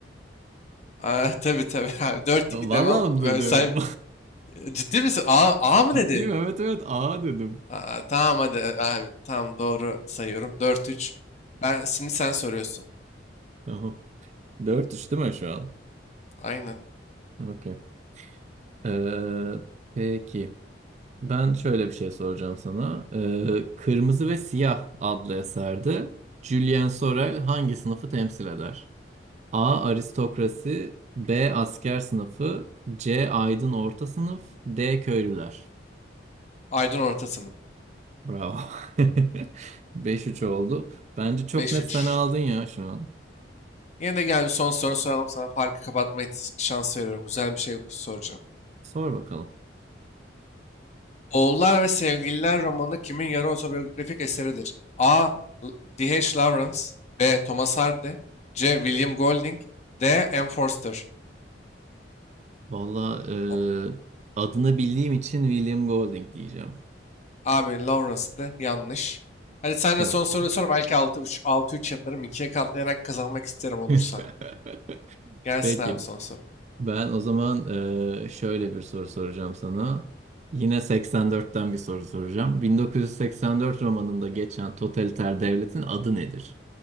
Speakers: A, on the left; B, on the right.
A: Aa, <laughs> tabii tabii abi. dört
B: Vallahi
A: iki devam.
B: onu dedim.
A: Böyle sen ciddi misin? A,
B: <laughs>
A: A mı
B: Ciddiyim
A: dedin?
B: evet evet A dedim.
A: Aa, tamam hadi abi. Tamam doğru sayıyorum. dört üç. Ben şimdi sen soruyorsun.
B: Tamam. 4-3 değil mi şu an?
A: Aynen.
B: Okey. Ee, peki. Ben şöyle bir şey soracağım sana. Ee, Kırmızı ve Siyah adlı eserde Julien Sorel hangi sınıfı temsil eder? A. Aristokrasi B. Asker sınıfı C. Aydın orta sınıf D. Köylüler.
A: Aydın orta sınıf.
B: Bravo. <laughs> Beş üç oldu. Bence çok
A: 5-3.
B: net sen aldın ya şu an.
A: Yine de gel bir son soru soralım. Sana farkı kapatma ihtis- şansı veriyorum. Güzel bir şey soracağım.
B: Sor bakalım.
A: Oğullar ve Sevgililer romanı kimin yarı otobiyografik eseridir? A. L- D.H. Lawrence B. Thomas Hardy C. William Golding D. M. Forster
B: Valla
A: O-
B: e, adını bildiğim için William Golding diyeceğim.
A: Abi Lawrence'dı. Yanlış. Hadi sen
B: Yok.
A: de son soruyu sor. Belki altı üç altı üç yaparım. 2'ye katlayarak kazanmak isterim olursa.
B: <laughs>
A: Gelsin
B: Peki
A: abi son sorum.
B: Ben o zaman eee, şöyle bir soru soracağım sana. Yine 84'ten bir soru soracağım. 1984 romanında geçen totaliter devletin adı nedir?